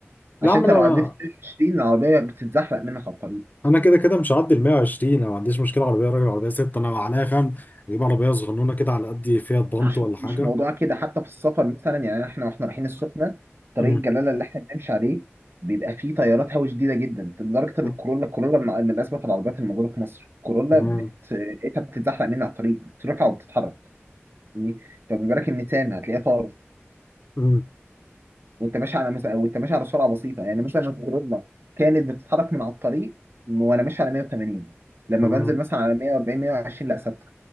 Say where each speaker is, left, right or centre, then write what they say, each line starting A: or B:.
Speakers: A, on the left; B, on the right.
A: لا
B: عشان
A: يا عم
B: انت
A: انا
B: لو عديت ال 120 العربيه بتتزحلق منك على الطريق
A: انا كده كده مش هعدي ال 120 انا ما عنديش مشكله عربيه راجل عربيه ست انا عليا فاهم اجيب عربيه صغنونه كده على قد فيها بانت
B: مش
A: ولا حاجه
B: مش موضوع كده حتى في السفر مثلا يعني احنا واحنا رايحين السخنه طريق
A: أمم،
B: الجلاله اللي احنا بنمشي عليه بيبقى فيه تيارات هوا شديده جدا لدرجه
A: ت-
B: ان الكورولا الكورولا من من اسباب العربيات الموجوده في مصر الكورولا
A: تمام
B: بت... لقيتها بتتزحلق مني على الطريق بترفع وبتتحرك يعني فما بالك النيسان هتلاقيها طارت
A: أمم،
B: وانت ماشي على مثلا وانت ماشي على سرعه بسيطه يعني مثلا لو الكورولا كانت بتتحرك من على الطريق وانا ماشي على 180 لما
A: تمام
B: بنزل مثلا على 140 120 لا ثابته